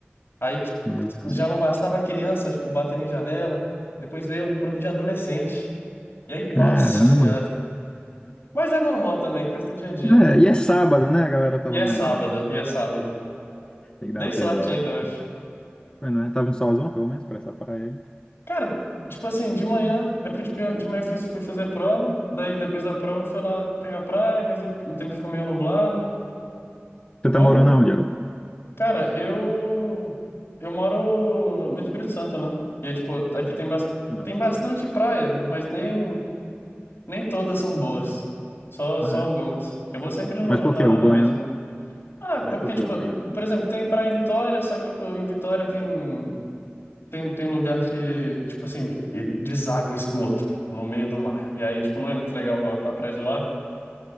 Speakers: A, on the left; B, on the left.
A: Aí tipo,
B: Mesmo.
A: já não bastava a criança, tipo, batendo em janela. Depois veio um grupo de adolescente. E aí,
B: Caramba.
A: nossa senhora. Mas é normal também, coisa do dia a dia,
B: É,
A: pô.
B: e é sábado, né? A galera tava
A: E é
B: mais
A: sábado,
B: animada.
A: e é sábado.
B: Tem que
A: Dei
B: dar uma
A: sorte
B: perdoada
A: ainda,
B: aqui.
A: eu acho.
B: Foi, não é? Tava um solzão, pelo menos, pra essa praia aí.
A: Cara, tipo assim, de manhã, é porque tipo, de manhã eu fui, fui fazer a prova, daí depois da prova eu fui lá pegar a praia, mas aí o tempo ficou meio nublado.
B: Você
A: Bom,
B: tá morando aonde agora?
A: cara, eu eu moro no Espírito Santo, né? E é tipo, aqui tem, bas-
B: Não,
A: tem
B: sabe.
A: bastante praia, mas nem Nem todas são boas. Só,
B: Ah,
A: só algumas.
B: é?
A: Eu vou sempre no-
B: Mas por
A: na,
B: que o
A: na
B: banho?
A: mesma. Ah,
B: Mas
A: é porque,
B: por que
A: tipo,
B: o banho? né?
A: por exemplo, tem praia em Vitória, só que, tipo, em Vitória tem, tem, tem lugar que, tipo assim, e- deságua esgoto no meio do mar. E aí, tipo, não é muito legal a, a praia de lá.